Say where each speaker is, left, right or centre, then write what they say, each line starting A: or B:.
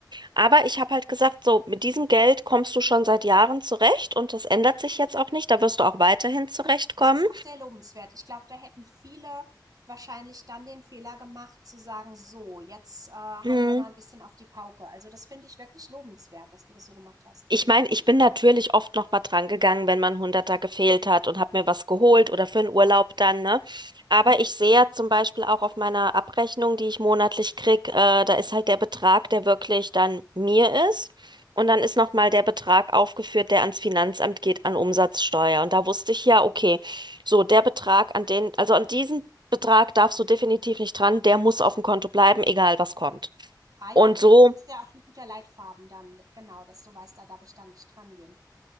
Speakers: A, on the right (about 80°); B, on the right (about 55°).
A: Aber ich habe halt gesagt, so mit diesem Geld kommst du schon seit Jahren zurecht und das ändert sich jetzt auch nicht. Da wirst du auch weiterhin zurechtkommen.
B: Das ist auch sehr lobenswert. Ich glaube, da hätten viele wahrscheinlich dann den Fehler gemacht, zu sagen, so, jetzt äh, hauen
A: Hm.
B: wir mal ein bisschen auf die Pauke. Also das finde ich wirklich lobenswert, dass du das so gemacht hast.
A: Ich meine, ich bin natürlich oft noch mal dran gegangen, wenn man Hunderter gefehlt hat und habe mir was geholt oder für einen
B: Klar.
A: Urlaub dann, ne? Aber
B: Mhm.
A: ich sehe ja zum Beispiel auch auf meiner Abrechnung, die ich monatlich krieg, äh, da ist halt der Betrag, der wirklich dann mir ist. Und dann ist noch mal der Betrag aufgeführt, der ans Finanzamt geht, an Umsatzsteuer. Und da wusste ich ja,
B: Ja.
A: okay, so der Betrag an den, also an diesen Betrag darfst du definitiv nicht dran, der muss auf dem Konto bleiben, egal was kommt.
B: Ah ja,
A: Und so
B: das ist ja auch ein guter Leitfaden dann, genau, dass du weißt, da darf ich dann nicht dran gehen.